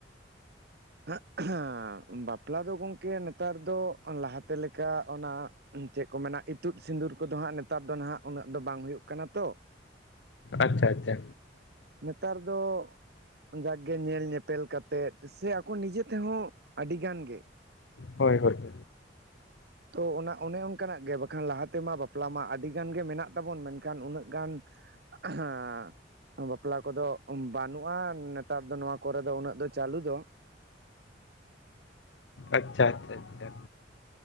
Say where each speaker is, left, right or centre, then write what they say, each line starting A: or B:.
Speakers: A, on the right; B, on the left.
A: <unintelligible> ᱵᱟᱯᱞᱟ ᱫᱚ ᱜᱚᱝᱠᱮ ᱱᱮᱛᱟᱨ ᱫᱚ ᱞᱟᱦᱟ ᱛᱮ ᱞᱮᱠᱟ ᱚᱱᱟᱼᱼ ᱪᱮᱫ ᱠᱚ ᱢᱮᱱᱟ ᱤᱛᱩᱫ ᱥᱤᱸᱫᱩᱨ ᱠᱚᱫᱚ ᱦᱟᱸᱜ ᱱᱮᱛᱟᱨ ᱫᱚ ᱦᱟᱸᱜ ᱩᱱᱟᱹᱜ ᱫᱚ ᱵᱟᱝ ᱦᱩᱭᱩᱜ ᱠᱟᱱᱟ ᱛᱚ
B: ᱟᱪᱪᱷᱟ ᱟᱪᱪᱷᱟ
A: ᱱᱮᱛᱟᱨ ᱫᱚ ᱡᱟᱜᱠᱮ ᱧᱮᱞ ᱧᱮᱯᱮᱞ ᱠᱟᱛᱮᱜ ᱥᱮᱼᱼ ᱟᱠᱚ ᱱᱤᱡᱮ ᱛᱮ ᱦᱚᱸ ᱟᱹᱰᱤ ᱜᱟᱱ ᱜᱮᱼᱼ
B: ᱦᱳᱭ ᱦᱳᱭ ᱦᱳᱭ <inaudible>
A: ᱛᱚ ᱚᱱᱟ ᱚᱱᱮ ᱚᱱᱠᱟᱱᱟᱜ ᱜᱮ ᱵᱟᱠᱷᱟᱱ ᱞᱟᱦᱟ ᱛᱮᱢᱟ ᱵᱟᱯᱞᱟ ᱢᱟ ᱟᱹᱰᱤ ᱜᱟᱱ ᱜᱮ ᱢᱮᱱᱟᱜ ᱛᱟᱵᱚᱱ ᱢᱮᱱᱠᱷᱟᱱ ᱩᱱᱟᱹᱜ ᱜᱟᱱ <unintelligible> ᱵᱟᱯᱞᱟ ᱠᱚᱫᱚᱜ ᱵᱟᱹᱱᱩᱜᱼᱟ ᱱᱮᱛᱟᱨ ᱫᱚ ᱱᱚᱣᱟ ᱠᱚᱨᱮ ᱫᱚ ᱩᱱᱟᱹᱜ ᱫᱚ ᱪᱟᱹᱞᱩ ᱫᱚ,
B: ᱟᱪᱪᱷᱟ ᱟᱪᱪᱷᱟ ᱟᱪᱪᱷᱟ,